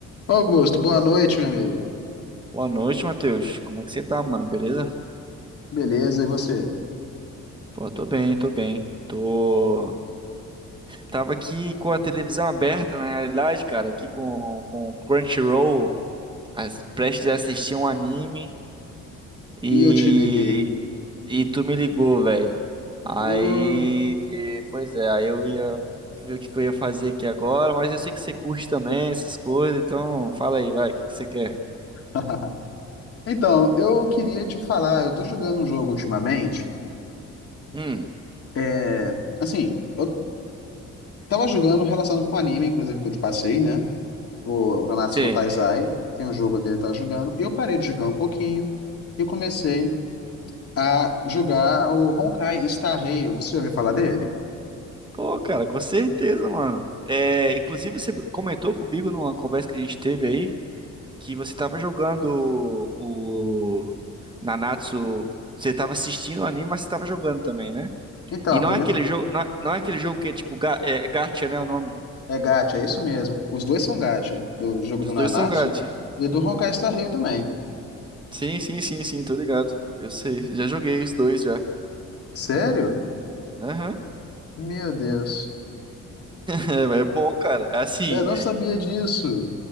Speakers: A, on the left; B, on the right.
A: Augusto, boa noite, meu amigo.
B: Boa noite, Matheus. Como é que você tá, mano? Beleza?
A: Beleza, e você?
B: Pô, tô bem, tô bem. Tô. Tava aqui com a televisão aberta, na realidade, cara, aqui com, com o Crunchyroll, as, prestes a assistir um anime e.
A: E eu te liguei.
B: E tu me ligou, velho. Aí.
A: Ô.
B: Pois é, aí eu ia ver o que que eu ia fazer aqui agora, mas eu sei que você curte também essas coisas, então fala aí, vai, o que que você quer?
A: <laughs> Então, eu queria te falar, eu tô jogando um jogo ultimamente.
B: Hum,
A: É, assim, eu tava jogando relacionado com anime, inclusive que eu te passei, né? O Nanatsu
B: sim.
A: no Taizai, tem um jogo dele que eu tava jogando. Eu parei de jogar um pouquinho e comecei a jogar o Honkai Star Rail. Você já ouviu falar dele?
B: Pô, cara, com certeza, mano. É, inclusive, você comentou comigo numa conversa que a gente teve aí que você tava jogando o, o Nanatsu. Você tava assistindo o anime, mas você tava jogando também, né?
A: Então,
B: E
A: é
B: não
A: por
B: é aquele
A: isso.
B: jogo, não é, não é aquele jogo que é tipo ga, é, gacha, né, o nome?
A: É gacha, é isso mesmo. Os dois são gacha, do jogo do
B: Os dois
A: Nanatsu
B: são gacha.
A: e do Honkai Star Rail também.
B: Sim, sim, sim, sim, tô ligado. Eu sei, já joguei os dois já.
A: Sério?
B: Aham. <laughs>
A: Meu Deus.
B: É, mas é bom, cara. Assim,
A: Eu não sabia disso.